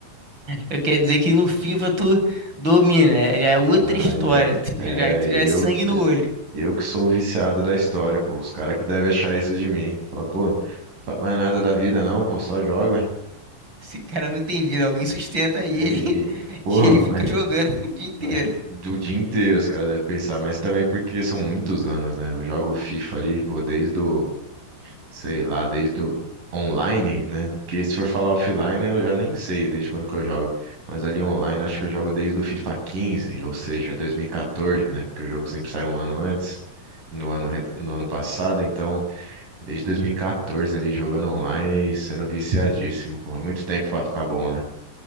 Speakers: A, on the right; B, on the right.
A: Eu quero dizer que no FIFA tu domina, é- já é outra
B: Ah,
A: história,
B: eu,
A: <laughs> tu-
B: é,
A: já, tu já é
B: eu,
A: sangue no olho.
B: eu que sou o viciado da história, pô. Os caras que devem achar isso de mim. Fala, pô, fala mais nada da vida não, pô, só joga.
A: Esse cara não tem vida, alguém sustenta ele
B: Tem
A: <laughs>
B: vida. Porra,
A: que ele fica
B: mas,
A: jogando <laughs> o dia inteiro.
B: mas do dia inteiro os caras devem pensar, mas também porque são muitos anos, né? Eu jogo FIFA ali, pô, desde o, sei lá, desde o online, né? Que se for falar offline, eu já nem sei desde quando que eu jogo. Mas ali online, acho que eu jogo desde o FIFA 15, ou seja, 2014, né? Porque o jogo sempre sai um ano antes, no ano, ret- no ano passado. Então, desde 2014 ali, jogando online e sendo viciadíssimo, porra, muito tempo pra ficar bom, né?